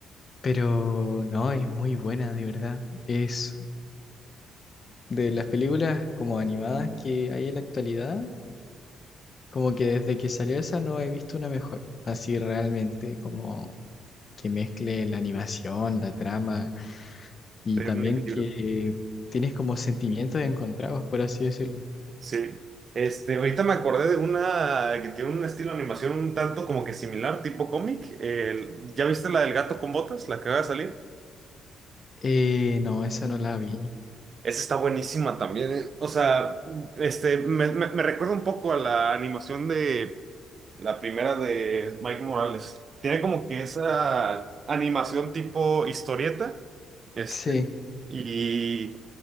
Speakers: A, on the left; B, on the right.
A: Pero no, es muy buena, de verdad. Es de las películas como animadas que hay en la actualidad, como que desde que salió esa no he visto una mejor. Así realmente, como que mezcle la animación, la trama y
B: sería
A: también
B: un equilibrio.
A: que tienes como sentimientos encontrados, por así decirlo.
B: Sí. Este, ahorita me acordé de una que tiene un estilo de animación un tanto como que similar, tipo cómic. El- ¿ya viste la del gato con botas, la que va a salir?
A: Eh, no, esa no la vi.
B: Esa está buenísima también, ¿eh? O sea, este, me, me, me recuerda un poco a la animación de La primera de Mike Morales. Tiene como que esa animación tipo historieta. Este,
A: Sí,
B: y